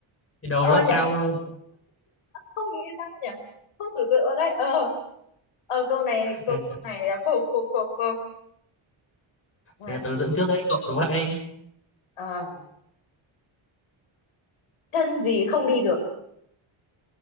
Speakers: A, on the left; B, on the left.
A: cái đầu
B: ờ
A: nó lại cao
B: nhỉ
A: hơn
B: không nghĩ ra nhỉ không tưởng tượng ở đây ờ ờ câu này câu
A: thế,
B: câu này là cô cô cô cô Ờ,
A: thế tớ dẫn trước đấy cậu đố lại đi
B: ờ, chân gì không đi được